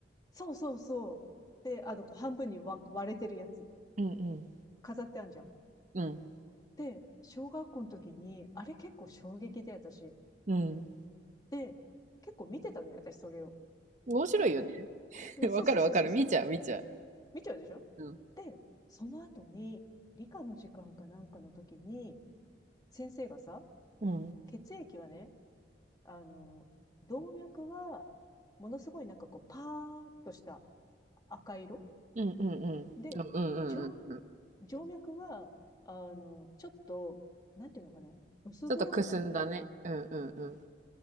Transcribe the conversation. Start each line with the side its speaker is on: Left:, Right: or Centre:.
Left: そうそうそう。で、あの、こう半分に割割れてるやつ。
Right: うんうん。
Left: 飾ってあんじゃん。
Right: うん。
Left: で、小学校の時に、あれ結構衝撃で私。
Right: うん。
Left: で、結構見てたのよ、私それを。
Right: 面白いよね。<laughs>
Left: うんそうそうそうそう
Right: わかるわかる。見ちゃう見ちゃ
Left: 見ちゃうでしょ
Right: う。うん。
Left: で、その後に、理科の時間かなんかの時に、先生がさ、
Right: うん。
Left: 血液はね、あの、動脈は、ものすごいなんかこう、パーっとした赤色
Right: うんうんうん。
Left: で、
Right: うんうんうんうんうん。
Left: 静静脈は、あの、ちょっと、なんていうのかな、薄黒くなった色っ
Right: ちょっとくすんだね。うんうんうん。